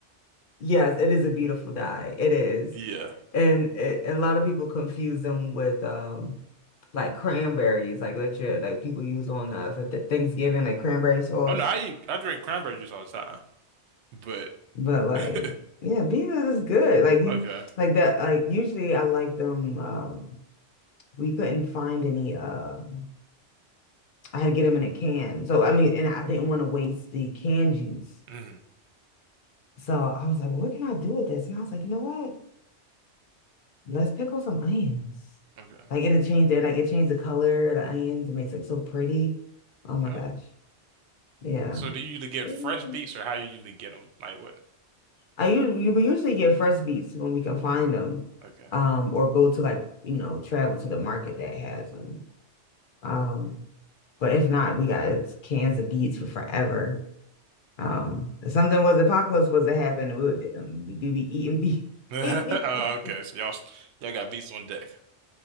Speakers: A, on the left; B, on the right.
A: Yes, it is a beautiful dye. It is.
B: Yeah.
A: And it, and a lot of people confuse them with um like cranberries, like legit, like people use on uh, for th Thanksgiving,
B: Mhm.
A: like cranberry sauce.
B: Oh no, I eat, I drink cranberry juice all the time. But
A: But like,
B: <laughs>
A: yeah, beavers is good. Like you
B: okay,
A: like that like usually I like them um we couldn't find any um I had to get them in a can. So I mean, and I didn't want to waste the canned juice.
B: hmm
A: So I was like, well, what can I do with this? And I was like, you know what? Let's pickle some onions.
B: okay,
A: Like it'll change it, like it changed the color of the onions. It makes it so pretty. Oh my
B: yeah.
A: gosh. Yeah.
B: So do you usually get
A: Mm.
B: fresh beets or how you usually get them? Like what?
A: I usually we usually get fresh beets when we can find them.
B: Okay.
A: Um,
B: <laughs>
A: or go to like, you know, travel to the market that has them. Um, but if not, we got it's cans of beets for forever. Um, if something was apocalypse was to happen, would um, we be eating beef?
B: Oh,
A: <laughs>
B: okay, so y'all y'all got beets on deck.